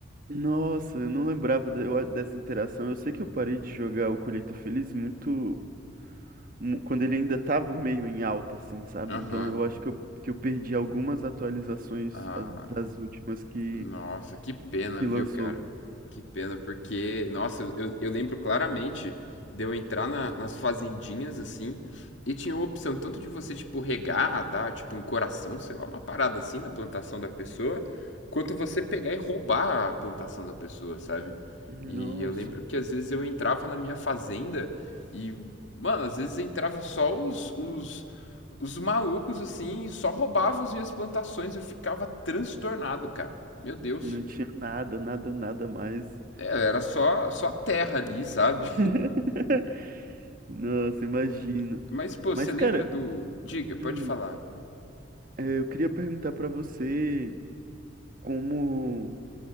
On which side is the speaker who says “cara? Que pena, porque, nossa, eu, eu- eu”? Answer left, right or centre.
Left